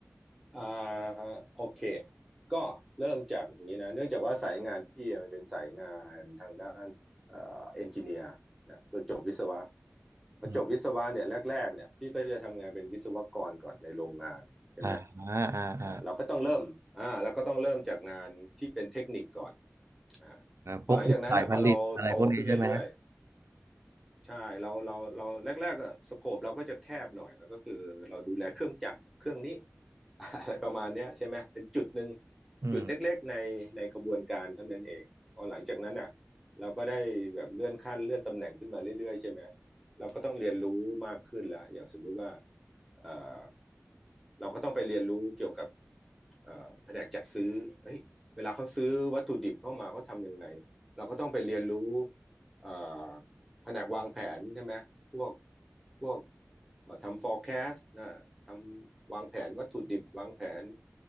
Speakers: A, in the centre; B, on the right (about 75°).
A: อ่าโอเคก็เริ่มจากอย่างนี้นะเนื่องจากว่าสายงานพี่มันเป็นสายงานทางด้านเอ่อเอนจิเนียร์นะคือจบวิศวะพอจบวิศวะเนี่ยแรกๆเนี่ยพี่ก็จะทำงานเป็นวิศวกรก่อนในโรงงานใช่ไหม
B: อืมอ่าอ่าอ่าอ่า
A: อ่าเราก็ต้องเริ่มอ่าเราก็ต้องเริ่มจากงานที่เป็นเทคนิคก่อนอ่าพอหลังจากนั้นนะพอเราโตขึ้นเรื่อย
B: พวกคุมสายผลิตอะไรพวกนี้ใช่ไหม
A: ใช่เราเราเราแรกๆอะสโคปเราก็จะแคบหน่อยแล้วก็คือเราดูแลเครื่องจักรเครื่องนี้ <laughs> อะไรประมาณเนี้ยใช่ไหมเป็นจุดหนึ่ง
B: อืม
A: จุดเล็กๆในในกระบวนการเท่านั้นเองพอหลังจากนั้นอ่ะเราก็ได้แบบเลื่อนขั้นเลื่อนตำแหน่งขึ้นมาเรื่อยๆใช่ไหมเราก็ต้องเรียนรู้มากขึ้นละอย่างสมมุติว่าเอ่อเราก็ต้องไปเรียนรู้เกี่ยวกับเอ่อแผนกจัดซื้อเฮ้ยเวลาเขาซื้อวัตถุดิบเข้ามาเขาทำยังไงเราก็ต้องไปเรียนรู้เอ่อ แผนกวางแผนใช่ไหมพวกพวกเอ่อทำ forecast นะทำวางแผนวัตถุดิบวางแผน